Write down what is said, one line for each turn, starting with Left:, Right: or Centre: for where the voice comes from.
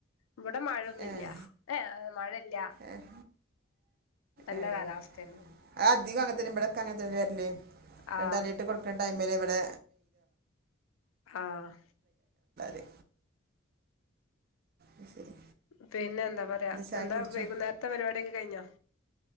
Left: ഇവിടെ മഴയൊന്നുംല്ല
Right: ഏഹ്
Left: ഏ മഴയില്ല
Right: ഏഹ്
Left: നല്ല
Right: ഏഹ്
Left: കാലാവസ്ഥയന്ന
Right: അത് അധികം അങ്ങനത്തന്നെ
Left: അങ്ങനെ
Right: ഇവിടൊക്കെ അങ്ങനത്തന്നെ വരല്
Left: ആഹ്
Right: റെഡ് അലേർട്ട് കൊടുക്കുന്ന ടൈമില് ഇവിടെ
Left: ആഹ്
Right: <unintelligible> അത് ശരി
Left: പിന്നെ എന്താ പറയാ
Right: ചായ
Left: എന്താ
Right: കുടിച്ചോ
Left: വൈകുന്നേരത്തെ പരിപാടിയൊക്കെ കഴിഞ്ഞോ